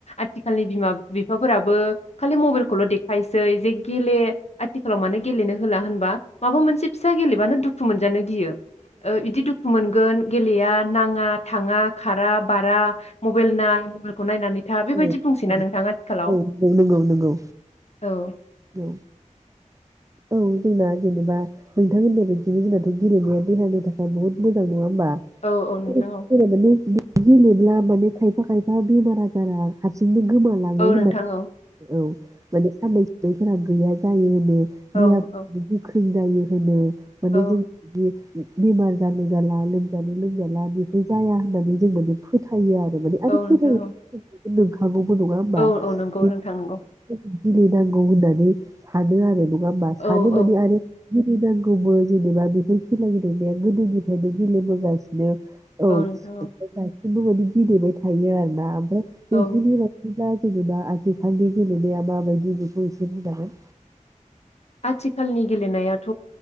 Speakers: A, on the left; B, on the right.
A: आथिखालनि बिमा बिफाफोरा बो खालि मबाइल दे सै जे गेले आथिखालाव माने गेलेनो होला होनबा माबा मोनसे फिसा गेलेबानो दुखु मोनजानो गियो बिदि दुखु मोनगोन गेलेया नाङा थाङा खारा बारा मबाइल नाय मबाइल खौ नायनानै था बेबायदि
B: औ
A: बुंसैना
B: औ
A: नोंथां आथिखालाव
B: औ नंगौ नंगौ नंगौ
A: औ
B: औ औ जोंना जेनेबा नोंथां होननाय बिदिनो जोंनाथ' गेलेनाया देहानि थाखाय बहुत मोजां नङा होमबा
A: औ औ नोंथां
B: <unintelligible>
A: औ
B: गेलेब्ला माने खायफा खायफा बेमार आजारा हारसिंनो गोमालाङो
A: औ
B: होननानै
A: नोंथां औ
B: औ माने सान <inaudible> बेफिनिया गैया जायो होनो देहा
A: औ औ
B: गोख्रों जायो होनो माने
A: औ
B: जोंदि बेमार जालु जाला लोमजानो लोमजाला बेफोर जाया होननानै जों माने फोथायो आरो माने आरो
A: औ नोंथां
B: फै <inaudible> नोंखागौ बो नङा होमबा
A: औ औ नंगौ
B: गेलेनांगौ
A: नोंथां नंगौ
B: होननानै सानो आरो नङा होमबा
A: औ
B: सानो माने
A: औ
B: आरो गेलनांगौबो जेनेबा बेफोर खेला गेलेनाया गोदोनिफ्रायनो गेलेबोगासिनो औ <unintelligible>
A: नोंथां औ
B: बे <unintelligible> थायो आरो ना <unintelligible>
A: औ
B: जेनेबा आथिखालनि गेलेनाया माबायदि बेखौ एसे बुंनांगोन
A: आथिखालनि गेलेनायाथ'